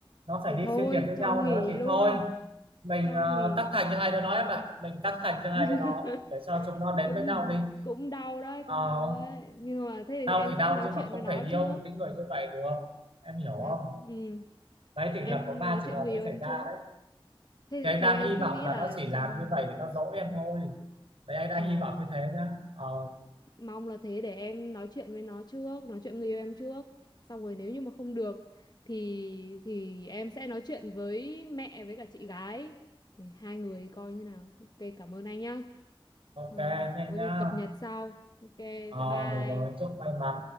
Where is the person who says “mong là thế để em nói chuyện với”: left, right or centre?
Left